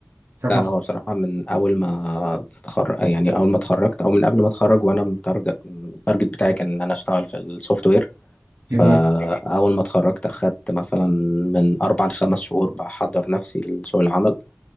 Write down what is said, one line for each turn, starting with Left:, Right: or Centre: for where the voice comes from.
Right: ساعة
Left: لا
Right: ما
Left: هو بصراحة من اول ما تتخرج يعني اول ما اتخرجت او من قبل ما اتخرج وانا متارجت التارجت بتاعي كان ان انا اشتغل في السوفت وير فاول
Right: تخرج
Left: ما اتخرجت اخدت مثلا من اربع لخمس شهور بحضر نفسي لسوق العمل